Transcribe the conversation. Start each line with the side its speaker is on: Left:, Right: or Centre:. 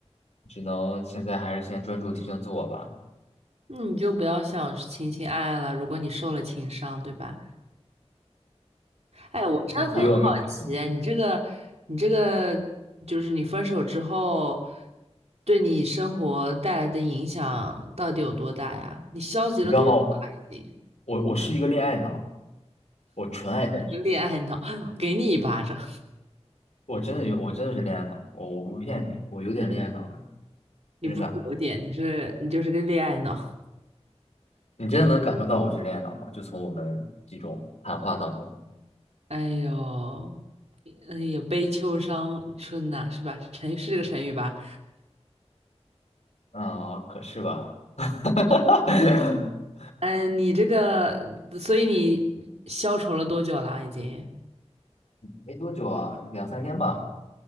Left: 只能现在还是先专注提升自我吧。
Right: 那你就不要想情情爱爱了，如果你受了情伤，对吧？哎，我真的很好奇哎，
Left: 其实我没有事情，
Right: 你这个，你这个，就是你分手之后，对你生活带来的影响到底有多大呀？你消极了多久了？
Left: 你知道吗？
Right: 已经，
Left: 我我是一个恋爱脑，我纯爱战士，
Right: 一个恋爱脑，<laughs> 给你一巴掌！
Left: 我真的有，我真的是恋爱脑，我我不骗你，我有点恋爱脑的，
Right: 你不是有点，
Left: 就是那，
Right: 你是你就是个恋爱脑。
Left: 你真的能感受到我是恋爱脑吗？就从我们几种谈话当中，
Right: 哎呦，哎呦，悲秋伤春呐、是吧？成是这个成语吧？
Left: 啊、可是吧，<coughs> <laughs>
Right: 嗯，你这个，所以你消愁了多久啦？已经？
Left: 没多久啊，两三天吧。